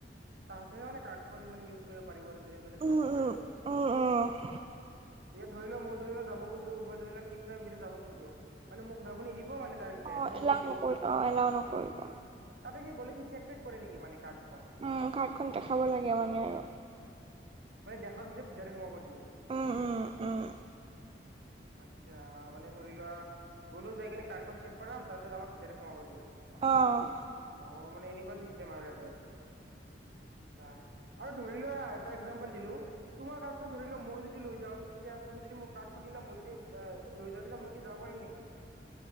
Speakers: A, on the right; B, on the right.
A: তাহাতে হে মানে কাৰ্ডখন মানে ইউজ কৰিব পাৰিব আৰু যোনে যোনে জ্বব
B: উম
A: কৰে
B: উম
A: আৰু
B: উম উম
A: ই ধৰি লোৱা মই যেনিবা যাব মই ধৰি লক খিনদি ভিতৰত যাব খোজো মানে মোক যাব নিদিব মে তাৰ বি
B: অ
A: সোমাব
B: এলাও
A: নিদিব
B: নকৰি অ এলাও নকৰিব
A: ততে কি গ'লে কি চেকটেক কৰে নেকি মান ক
B: উ কাৰ্ডখন দেখাব লাগে মানে আৰু
A: মানে দেখাৰ পিছত ভিতৰে সোমাব দিয়ে নে
B: উম
A: কি
B: উম উম <inaudible>
A: আচ্ছা মানে ধৰি লোৱা গ'লো জাই কিনে কাৰখন চেক কৰাম তাৰপিছত আমাক ভিতৰে সোমাব দিব
B: আহ
A: অ মানে এনেকুৱা চিচটেম আৰু তাতে আচ্ছা আৰু ধৰি লোৱা এটা একজাম পাতিলে দিলো তোমাৰ কাৰ্ড ধৰি ল মই যদি লৈ যাও তেতিয়া তুমি যদি মোক কাৰ্ডখন দিলা মই যদি লৈ যাওঁ তেতি মই কি যাব পাৰিম নেকি